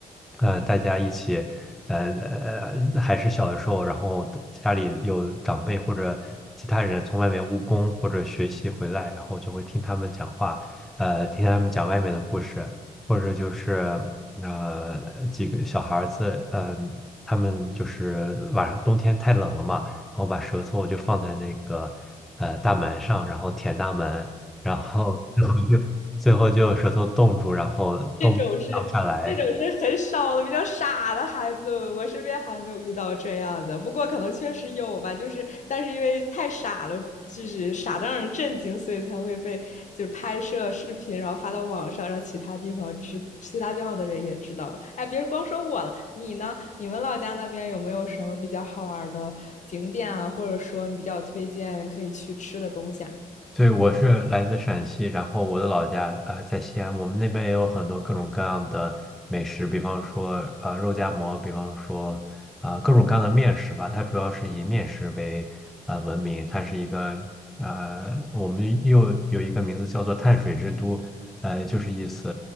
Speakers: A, in the centre; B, on the left (about 45°).
A: 呃，大家一起。呃呃呃还是小的时候，然后家里有长辈或者其他人从外面务工或者学习回来，然后就会听他们讲话，呃，听他们讲外面的故事，或者就是呃几个小孩子，呃，他们就是晚上冬天太冷了嘛，然后把舌头就放在那个呃大门上，然后舔大门，然后最后就最后就舌头冻住，然后冻不下来。
B: 这种是这种是很少的，比较傻的孩子，我身边还没有遇到这样的。不过可能确实有吧，就是但是因为太傻了，就是傻的让人震惊，所以才会被就是拍摄视频，然后发到网上，让其他地方知，其他地方的人也知道吧。哎，别光说我了，你呢？你们老家那边有没有什么比较好玩的景点啊，或者说你比较推荐可以去吃的东西啊？
A: 对，我是来自陕西，然后我的老家啊呃在西安，我们那边也有很多各种各样的美食，比方说啊呃肉夹馍，比方说啊、呃各种各样的面食吧，它主要是以面食为呃闻名，它是一个呃我们又有一个名字叫做碳水之都，呃就是意思